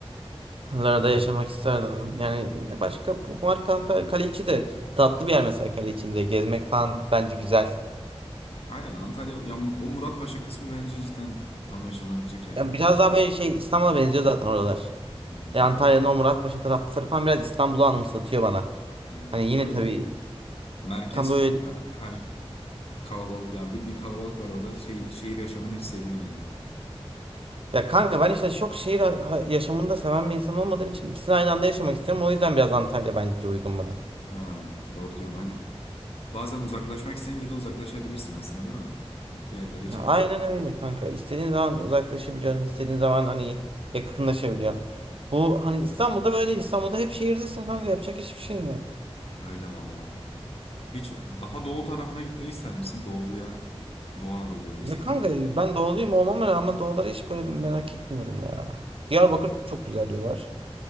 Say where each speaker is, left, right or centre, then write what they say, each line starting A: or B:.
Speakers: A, on the right (about 60°); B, on the left (about 65°).
A: Lara'da yaşamak isterdim. Yani ne başka bu marka Antalya Kaleiçi de tatlı bir yer mesela Kaleiçi'nde gezmek falan bence güzel.
B: Aynen Antalya ya o Muratpaşa kısmı bence cidden tam yaşanabilecek yerler.
A: Yani biraz daha böyle şey İstanbul'a benziyor zaten oralar.
B: Hmm.
A: E, Antalya'nın o Muratpaşa tarafları falan biraz İstanbul'u anımsatıyor bana.
B: Ee,
A: Hani
B: tam
A: yine
B: böyle
A: tabii
B: merkez
A: tam böyle
B: şey
A: değil.
B: ya, her kalabalık yani bildiğin kalabalık var orada şey, şehir yaşamını hissediyorsun yani.
A: Ya kanka ben işte çok şehir ha- ha- yaşamını da seven bir insan olmadığım için ikisini aynı anda yaşamak istiyorum. O yüzden biraz Antalya bence uygun buna.
B: Ha, doğru diyorsun aynen. Bazen uzaklaşmak isteyince de uzaklaşabilirsin aslında değil mi? Bir yerlere
A: Ya
B: çekilirsin.
A: aynen öyle kanka. İstediğin zaman uzaklaşabiliyorsun. istediğin zaman hani yakınlaşabiliyorsun. Bu hani İstanbul'da böyle değil. İstanbul'da hep şehirdesin kanka. Yapacak hiçbir şeyin yok.
B: Öyle valla. Hiç daha doğu tarafına gitmeyi ister misin? Doğuya, Doğu Anadolu bölgesine
A: Ya kanka
B: falan.
A: ben doğuluyum olmama rağmen doğuları hiç böyle merak etmiyorum ya. Diyarbakır çok güzel diyorlar.